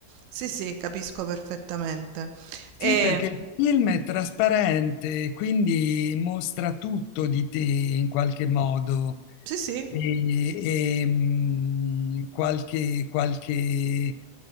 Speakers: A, on the right (about 80°); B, on the left (about 85°).
A: Sì, sì, capisco perfettamente. E
B: Sì, perché il film è trasparente, quindi mostra tutto di te in qualche modo.
A: sì, sì,
B: e, e, mh, qualche, qualche,